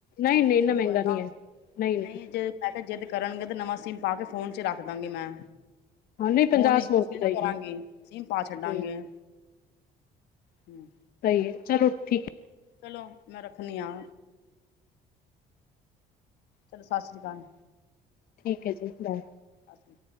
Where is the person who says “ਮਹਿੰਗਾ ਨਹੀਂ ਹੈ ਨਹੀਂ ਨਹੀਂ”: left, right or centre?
Left